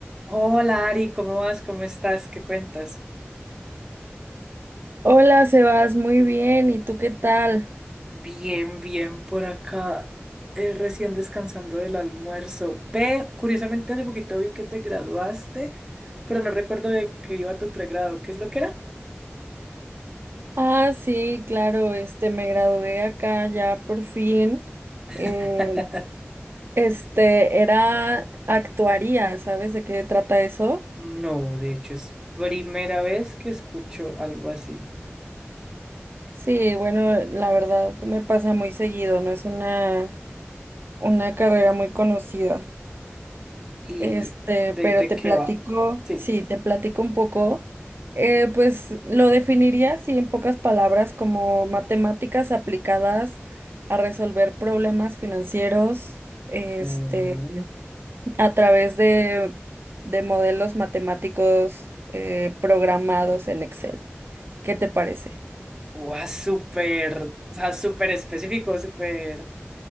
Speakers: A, on the right; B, on the right.
A: Hola Ari, ¿cómo vas? ¿Cómo estás? ¿Qué cuentas?
B: Hola, Sebas, muy bien. ¿Y tú qué tal?
A: Bien, bien, por acá, eh, recién descansando del almuerzo. Ve, curiosamente hace poquito vi que te graduaste, pero no recuerdo de que iba tu pregrado. ¿Qué es lo que era?
B: Ah, sí, claro, este, me gradué acá ya por fin. Eh,
A: <laughs>
B: este, era actuaría, ¿sabes de qué trata eso?
A: No, de hecho es primera vez que escucho algo así.
B: Sí, bueno, la verdad me pasa muy seguido, no es una, una carrera muy conocida.
A: ¿Y
B: Este,
A: de,
B: pero
A: de
B: te
A: qué
B: platico,
A: va? Sí.
B: sí, te platico un poco. Eh, pues lo definiría así en pocas palabras como matemáticas aplicadas a resolver problemas financieros, este,
A: Oh.
B: a través de, de modelos matemáticos eh, programados en Excel. ¿Qué te parece?
A: Guau, súper, o sea, súper específico, súper.